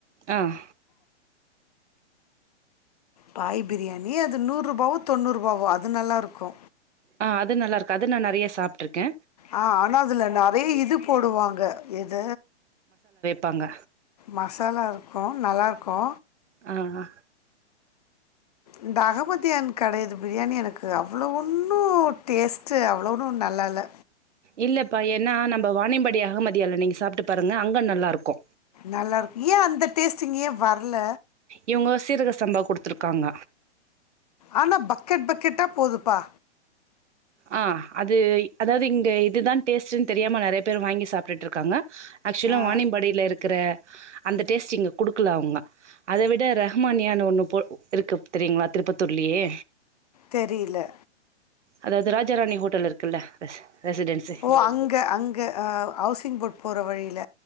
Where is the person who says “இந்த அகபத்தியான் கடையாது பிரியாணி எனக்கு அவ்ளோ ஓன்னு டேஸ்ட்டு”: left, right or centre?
Left